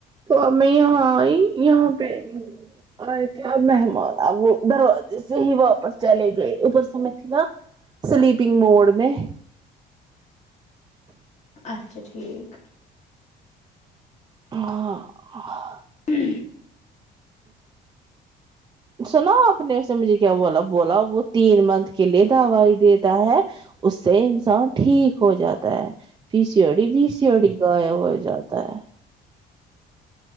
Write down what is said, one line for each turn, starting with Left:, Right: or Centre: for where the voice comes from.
Right: تو اب میں یہاں آئی یہاں <unintelligible> ا مہمان آ وہ دروازے سے ہی واپس چلے گئے اوپر سے میں تھی نا سلیپنگ موڈ میں
Left: اچھا ٹھیک
Right: <inaudible>
Left: ہی
Right: سنا آپ نے ا اس نے مجھے کیا بولا بولا وہ تین منتھ کے لیے دوائی دیتا ہے اس سے انسان ٹھیک ہو جاتا ہے پیسیی ہوڑی بییسییوڑی غائب ہو جاتا ہے